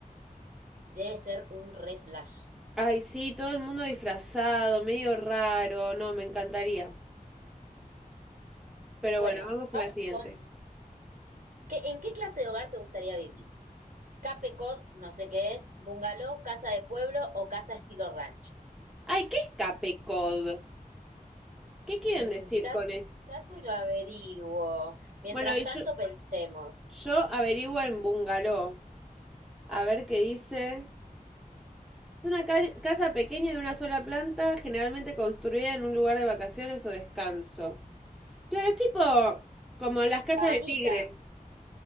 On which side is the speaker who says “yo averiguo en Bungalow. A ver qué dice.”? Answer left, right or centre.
Centre